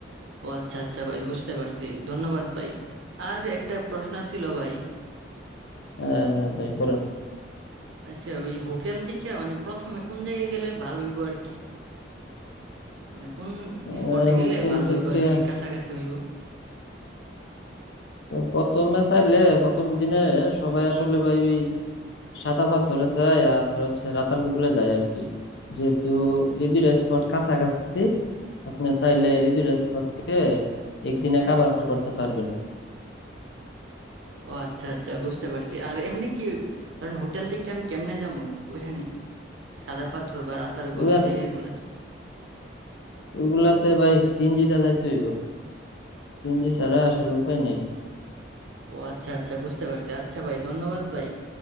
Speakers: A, on the right; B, on the left.
A: ও আচ্ছা আচ্ছা ভাই বুঝতে পারছি ধন্যবাদ ভাই আর একটা প্রশ্ন ছিল ভাই
B: আহ, ভাই বলেন
A: আচ্ছা ওই হোটেল থেকে মানে প্রথমে কোন জায়গায় গেলে ভালো হইব আর কি মানে কোন
B: আহ,
A: স্পটে গেলে
B: হোটেল
A: ভালো
B: থেকে
A: হইব আর কি কাছাকাছি হইব
B: প্রথমে চাইলে প্রথম দিনে সবাই আসলে ভাই ওই সাদা পাথরে যায় আর হচ্ছে রাতারগুলে যায় আর কি যেহেতু এই দুইটা স্পট কাছাকাছি আপনি চাইলে এই দুইটা স্পটকে একদিনে কাভার করতে পারবেন
A: ও আচ্ছা আচ্ছা বুঝতে পারছি আর এমনি কি ধরেন হোটেল থেকে আমি কেমনে যাবো ওইখানে সাদা পাথর বা রাতারগুল
B: ওই
A: ওই
B: আন-
A: জায়গাগুলোতে
B: ওইগুলাতে ভাই সিএনজি দিয়ে যাইতে হইব সিএনজি ছাড়া আসলে উপায় নেই
A: ও আচ্ছা আচ্ছা বুঝতে পারছি আচ্ছা ভাই ধন্যবাদ ভাই